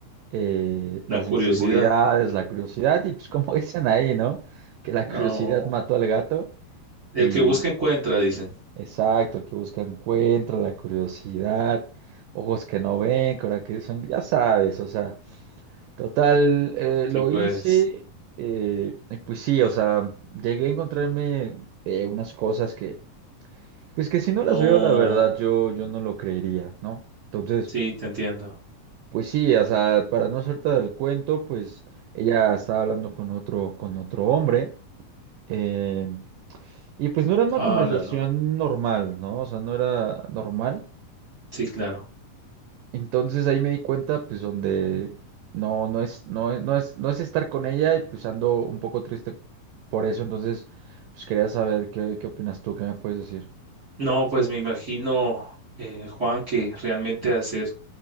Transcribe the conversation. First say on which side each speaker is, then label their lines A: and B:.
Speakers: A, on the right; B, on the right.
A: eh,
B: La
A: las
B: curiosidad.
A: inseguridades, la curiosidad, y pues como <laughs> dicen ahí, ¿no? Que la
B: No.
A: curiosidad mató al gato
B: El
A: y
B: que busca encuentra, dicen.
A: exacto, el que busca encuentra, la curiosidad, ojos que no ven, ahora que son, ya sabes, o sea, total, eh, lo
B: Sí, pues,
A: hice, eh, y pues sí, o sea, llegué a encontrarme eh, unas cosas que, pues que si no
B: no,
A: las veo, la verdad, yo, yo no lo creería, ¿no? Entonces...
B: sí, te entiendo.
A: Pues sí, o sea, para no soltar el cuento, pues ella estaba hablando con otro, con otro hombre, eh, y pues no era una
B: Hala,
A: conversación
B: no.
A: normal, ¿no? O sea, no era normal.
B: Sí, claro.
A: Entonces ahí me di cuenta, pues, donde no, no es, no, es- no es, no es estar con ella, y pues ando un poco triste por eso. Entonces, pues quería saber qué, qué opinas tú, qué me puedes decir.
B: No, pues me imagino, eh, Juan, que realmente ha ser